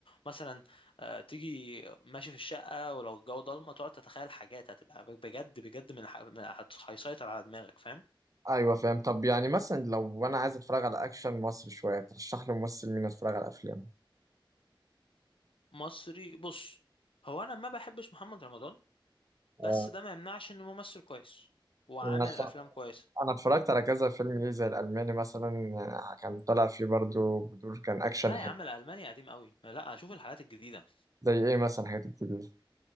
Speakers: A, on the left; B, on the right.
A: ومثلا آه، تيجي ماشي في الشقة ولو الجو ضلمة تقعد تتخيل حاجات هتبقى بجد بجد من, الح- من هت- هيسيطر على دماغك فاهم
B: ايوه فاهم طب يعني مثلا لو انا عايز اتفرج على اكشن مصري شويه ترشح لي ممثل مين اتفرج على افلام
A: مصري بص هو انا ما بحبش محمد رمضان بس
B: آه،
A: ده ما يمنعش انه ممثل كويس وعامل
B: انا اتف-
A: افلام كويسة
B: أنا اتفرجت على كذا فيلم ليه زي الالماني مثلا آه، كان طلع فيه برضو بدور كان اكشن
A: لا
B: حلو
A: يا عم الالماني قديم قوي لا اشوف الحاجات الجديدة
B: زي ايه مثلا حاجات كتير